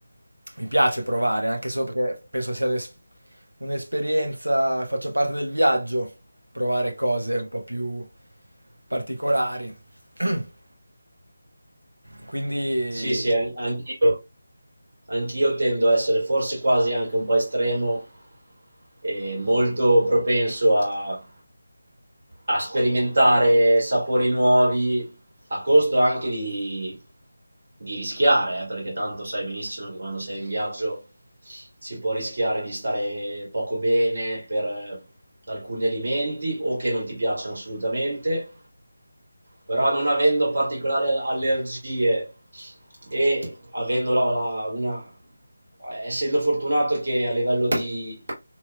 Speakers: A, on the right; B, on the right.
A: mi piace provare, anche solo perché penso sia un'es- un'esperienza, faccia parte del viaggio, provare cose un po' più particolari. <clears throat> Quindi,
B: Sì, sì, an- anch'io, anch'io tendo a essere forse quasi anche un po' estremo e molto propenso a, a sperimentare sapori nuovi a costo anche di, di rischiare, eh, perché tanto sai benissimo che quando sei in viaggio si può rischiare di stare poco bene per eh, alcuni alimenti o che non ti piacciono assolutamente però non avendo particolari allergie e avendo la- la- una, essendo fortunato che a livello di,